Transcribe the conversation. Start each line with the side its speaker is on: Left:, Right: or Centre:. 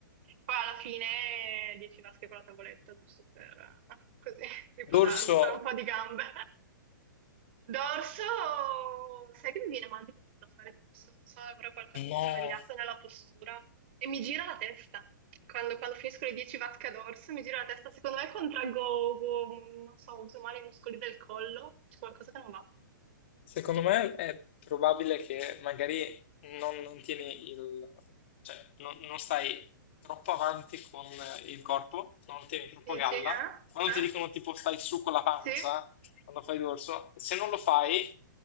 Right: Poi alla fine 10 vasche con la tavoletta, giusto per eh, così <laughs> riposarmi,
Left: dorso
Right: fare un po' di gambe. Dorso, sai che mi viene mal di culo fare dorso, non so, avrò qualcosa
Left: no.
Right: di sbagliato nella postura e mi gira la testa. Quando, quando finisco le 10 vasche a dorso mi gira la testa, secondo me contraggo, um, non so, uso male i muscoli del collo, c'è qualcosa che non va.
Left: Secondo me è probabile che magari non, non tieni il, cioè, non, non stai troppo avanti con il corpo, non tieni troppo
Right: Dici,
Left: galla.
Right: eh?
Left: Quando
Right: Eh?
Left: ti dicono tipo stai su con la pancia,
Right: Sì?
Left: quando fai dorso, se non lo fai,